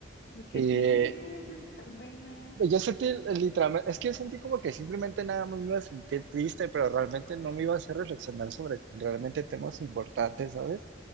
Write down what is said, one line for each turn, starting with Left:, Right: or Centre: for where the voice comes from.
Left: ¿Y qué
Right: Y
Left: tiene?
Right: eh,
Left: Esas tan buenas.
Right: yo sentí eh, literalmente, es que yo sentí como que simplemente nada más me iba a sentir triste, pero realmente no me iba a hacer reflexionar sobre realmente temas importantes, ¿sabes?